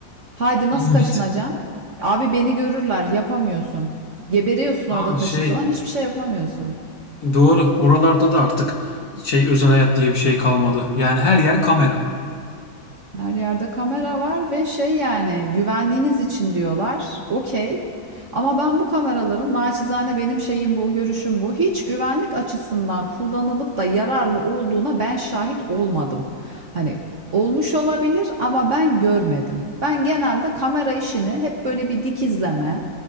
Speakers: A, on the right; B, on the left.
A: Haydi nasıl
B: Evet.
A: kaşınacaksın? Abi beni görürler yapamıyorsun. Geberiyorsun
B: Ha
A: orada kaşıntıdan
B: şey
A: hiçbir şey yapamıyorsun.
B: doğru. Oralarda da artık şey özel hayat diye bir şey kalmadı. Yani her yer kamera.
A: Her yerde kamera var ve şey yani güvenliğiniz için diyorlar. Okey. Ama ben bu kameraların naçizane benim şeyim bu, görüşüm bu. Hiç güvenlik açısından kullanılıp da yararlı olduğuna ben şahit olmadım. Hani olmuş olabilir ama ben görmedim. Ben genelde kamera işini hep böyle bir dikizleme,